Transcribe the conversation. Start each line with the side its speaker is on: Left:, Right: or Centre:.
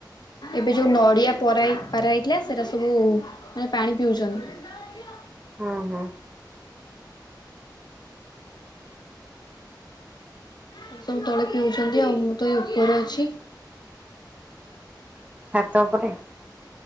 Left: ଏବେ ଯୋଉ ନଡ଼ିଆ ପରାଇ ପାରାଇଥିଲା ସେରା ସବୁ ମାନେ ପାଣି ପିଉଚନ୍ତି। <unintelligible>
Right: ହଁ ହଁ।
Left: ସେ ସବୁ ତଳେ ପିଉଚନ୍ତି ଆଉ ମୁଁ ତ ଏଇ ଉପରେ ଅଛି।
Right: ଛାତ ଉପରେ?